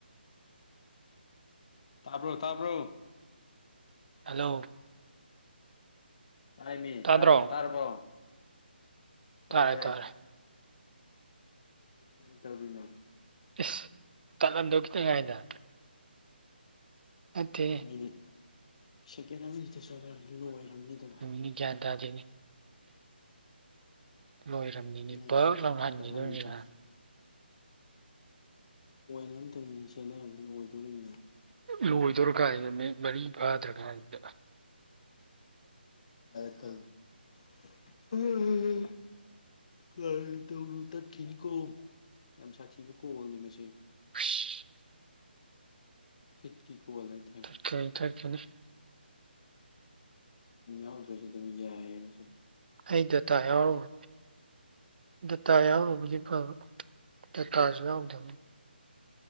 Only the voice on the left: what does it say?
ꯇꯥꯕ꯭ꯔꯣ ꯇꯥꯕ꯭ꯔꯣ
ꯇꯥꯏꯃꯤ
ꯇꯔ ꯇꯥꯔꯕꯣ ꯇꯥꯏ
ꯇꯥꯏ
ꯀꯔꯤ ꯇꯧꯔꯤꯅꯣ
ꯃꯤꯅꯤꯠ ꯁꯦꯀꯦꯟ ꯑꯃ ꯅꯤꯇ ꯆꯣꯟꯗꯔꯝꯃꯗꯤ ꯂꯣꯏꯔꯝꯅꯤ ꯑꯗꯨꯝ
ꯉꯩꯗ
ꯆꯠꯂꯝꯃꯤꯗ
ꯄꯣꯢꯟ ꯑꯝꯇꯪ ꯆꯦꯟꯅꯔꯝꯕꯗ ꯂꯣꯢꯗꯣꯔꯤꯝꯅꯤ
ꯑ ꯇꯝ <unintelligible> ꯀꯔꯟ ꯇꯧꯔꯨꯅꯨ ꯇꯠꯈꯤꯅꯤꯀꯣ ꯌꯥꯝ ꯁꯥꯊꯤꯕ ꯀꯣꯜꯅꯤ ꯃꯁꯤ
ꯍꯤꯠꯀꯤ ꯀꯣꯜ ꯍꯥꯢ ꯇꯥꯔꯦ
ꯅꯪ ꯌꯥꯎ ꯗ꯭ꯔꯁꯨ ꯑꯗꯨꯝ ꯌꯥꯏ ꯍꯥꯏꯁꯤꯅꯤ